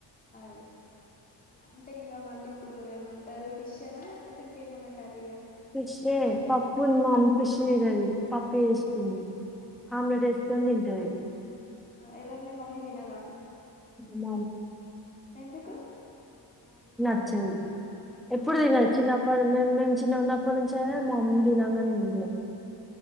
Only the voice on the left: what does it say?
అ అంతే ఇంక మళ్ళీ ఇప్పుడు ఏమంటారు ఫిష్ అనా లేకపోతే ఇంకేమనా కర్రీయా
ఎవరి మీ మమ్మీ దీనాద
ఎందుకు
ఓకే